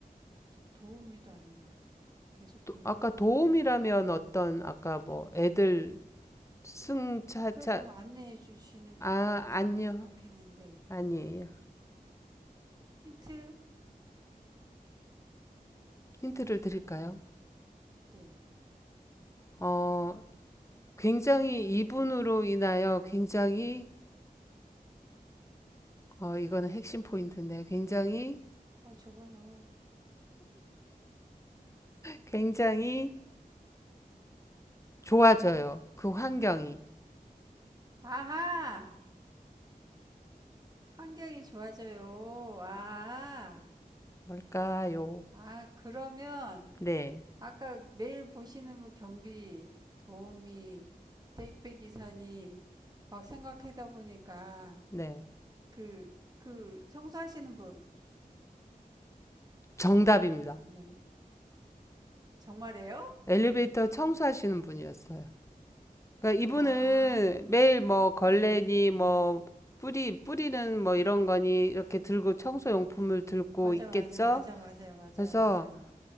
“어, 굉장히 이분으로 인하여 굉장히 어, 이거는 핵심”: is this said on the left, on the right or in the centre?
Left